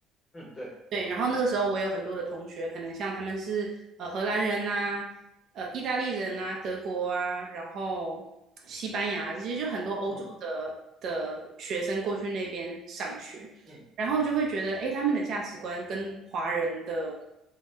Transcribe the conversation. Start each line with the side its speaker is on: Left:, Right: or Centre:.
Left: 嗯，对，
Right: 对，然后那个时候我有很多的同学，可能像他们是呃荷兰人呐、呃意大利人呐、德国啊，然后西班牙啊这些，就很多欧洲的的学生过去那边上学，
Left: 嗯嗯，
Right: 然后就会觉得，诶，他们的价值观跟华人的